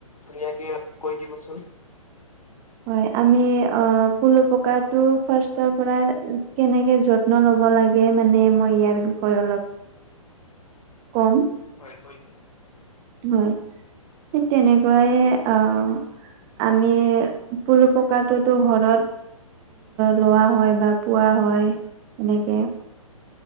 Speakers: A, on the left; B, on the right.
A: ধুনীয়াকে কৈ দিবচোন।
B: হয় আমি অ পলু পকাটো ফাৰ্ষ্টৰ পৰা কেনেকে যত ত্ন ল'ব লাগে মানে মই ইয়াৰ বিষয়ে অলপ কম
A: হয় কৈ দিয়ক।
B: হয় ঠিক তেনেকুৱাই আহ আমি পুলো ককাটো ঘৰত লোৱা হয় বা পোৱা হয় এনেকে